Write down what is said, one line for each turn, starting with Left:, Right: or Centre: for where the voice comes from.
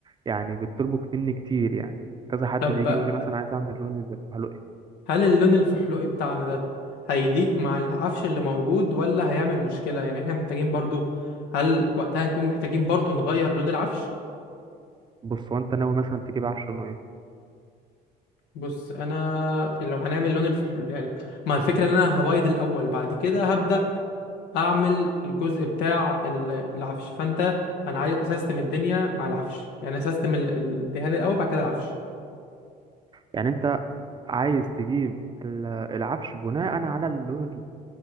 Right: يعني بيطلبوا مني كتير يعني كذا حد
Left: طب
Right: بيجي يقول لي مثلا عايز اعمل لون الفحلوقي
Left: هل اللون الفحلوقي بتاعنا ده هيليق مع العفش اللي موجود ولا هيعمل مشكلة يعني احنا محتاجين برضو هل وقتها نكون محتاجين برضو نغير لون العفش
Right: بص هو انت ناوي مثلا تجيب عفش لونه ايه
Left: بص انا لو هنعمل لون الفحل يعني ما الفكرة ان انا هبيض الاول بعد كده هبدأ اعمل الجزء بتاع ال- العفش فانت انا عايز اسستم الدنيا مع العفش يعني اسستم ال- الدهان الاول بعد كده العفش
Right: يعني انت عايز تجيب ال- العفش بناء على اللون